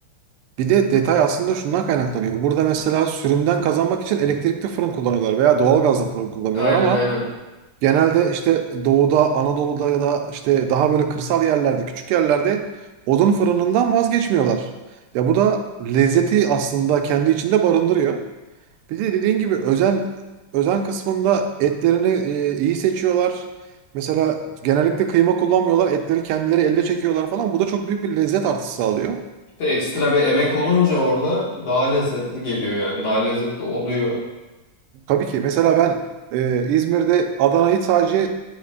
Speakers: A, on the right (about 85°); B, on the left (about 60°).
A: bir de detay aslında şundan kaynaklanıyor. Burada mesela sürümden kazanmak için elektrikli fırın kullanıyorlar veya doğalgazlı fırın kullanıyorlar
B: Aynen
A: ama
B: aynen.
A: genelde işte doğuda, Anadolu'da ya da işte daha böyle kırsal yerlerde, küçük yerlerde odun fırınından vazgeçmiyorlar. Ya bu da lezzeti aslında kendi içinde barındırıyor. Bir de dediğin gibi özen özen kısmında etlerini e, iyi seçiyorlar. Mesela genellikle kıyma kullanmıyorlar. Etleri kendileri elde çekiyorlar falan. Bu da çok büyük bir lezzet artısı sağlıyor.
B: De ekstra bir emek olunca orada daha lezzetli geliyor yani. Daha lezzetli oluyor.
A: Tabii ki. Mesela ben e, İzmir'de Adana'yı sadece